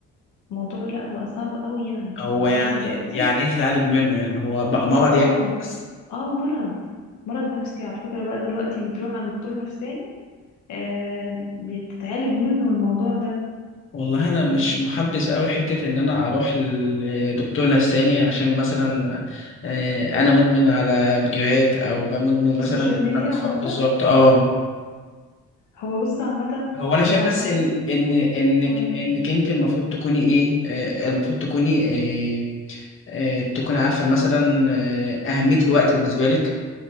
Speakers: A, on the left; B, on the left.
A: موضوع لا بقى صعب قوي يعني
B: هو
A: وفي
B: يعني
A: ناس دلوقتي
B: يعني ايه تتعالج منه يعني هو بقى مرض
A: اه
B: يعني بس
A: اه مرض مرض نفسي على فكره بقى دلوقتي بتروح عند دكتور نفساني آه بتتعالج منه الموضوع ده
B: والله انا مش
A: مش
B: محبذ قوي حته ان انا اروح لدكتور نفساني عشان مثلا إيه، انا مدمن على فيديوهات او بقى مدمن مثلا
A: السوشيال
B: ان
A: ميديا
B: انا بتفرج
A: عامة
B: بالظبط اه
A: هو بص عامة
B: هو انا شايف
A: هو عامة
B: بس ان ان انك
A: مم.
B: انك انت المفروض تكوني ايه آه، المفروض تكوني آه، آه، تكون عارفه مثلا آه، اهميه الوقت بالنسبه لك